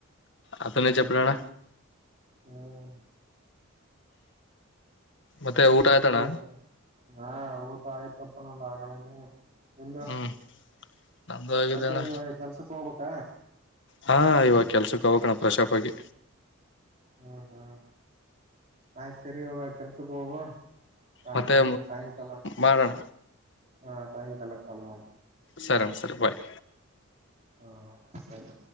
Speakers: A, on the left; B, on the right.
A: ಅತ್ತನ ಚಪ್ಪಡಣ
B: ಹ್ಮ್
A: ಮತ್ತೆ ಊಟ ಆಯ್ತಣ್ಣ
B: ಇವಾಗ ಹಾ ಊಟ ಆಯ್ತಪ್ಪ ನಂದ ಆಗ್ಲೇನೆ ನಿಂದ
A: ಹ್ಮ್ ನಂದು ಆಗಿದೆಣ್ಣ
B: ಮತ್ತೆ ನಿವಾಗ ಕೆಲ್ಸಕ್ ಹೋಗ್ಬೇಕ
A: ಹಾ ಇವಾಗ ಕೆಲ್ಸಕ್ಕೆ ಹೋಗೋಗೋಣ ಪ್ರಶಾಪ ಆಗಿ
B: ಹ್ಮ್ ಹ್ಮ್ ಆಯ್ು ಸರಿ ಇವಾಗ ಕೆಲ್ಸಕ್ಕೆ ಹೋಗುವ ನನ್
A: ಮತ್ತೆ
B: ಸಾಯಂಕಾಲ
A: ಮಾಡೋಣ
B: ಹಾ ಸಾಯಂಕಾಲ ಕಾಲ್ ಮಾಡಿ
A: ಸರ ಸರಿ ಬಾಯ್
B: ಹಾ ಸರಿ